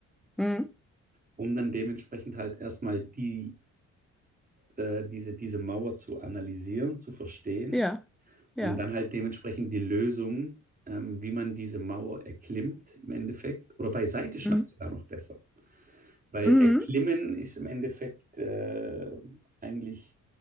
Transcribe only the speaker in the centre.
Mhm.
Ja.
Ja.
Mhm.
Mhm.